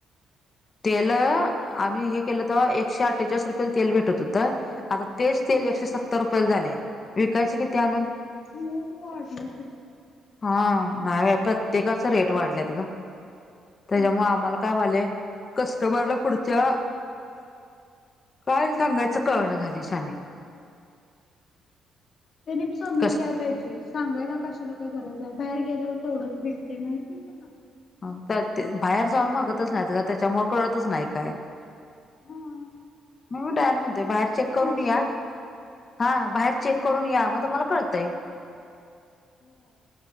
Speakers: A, on the left; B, on the left.
A: तेल आम्ही हे केलं तेव्हा, एकशे अठ्ठेचाळीस रूपयेला तेल भेटत होतं आता तेच तेल एकशे सत्तर रुपयेला झालेया विकायचे किती आणून?
B: रेट वाढल्यात इथं.
A: हां नाही बाई प्रत्येकाचं रेट वाढल्यात गं. त्याच्यामुळं
B: होय.
A: आम्हाला काय व्हायलंय कस्टमरला पुढच्या काय सांगायचं कळना झालंय शाने.
B: त्यांनी बी समजून
A: कस
B: घ्याय पाहिजेस. सांगायला कशाला काय गरज आहे? बाहेर गेल्यावर तेवढंच भेटते माहित नाही त्यांना?
A: <unintelligible> बाहेर जाऊन मागतच नाहीत गं त्याच्यामुळे कळतच नाही काय.
B: हा
A: म्हणून डायरेक्ट म्हण ते बाहेर
B: पण
A: चेक करून
B: आहेत सोड.
A: या, हां बाहेर
B: हम्म.
A: चेक करून या मग तुम्हाला कळतंय.
B: होय.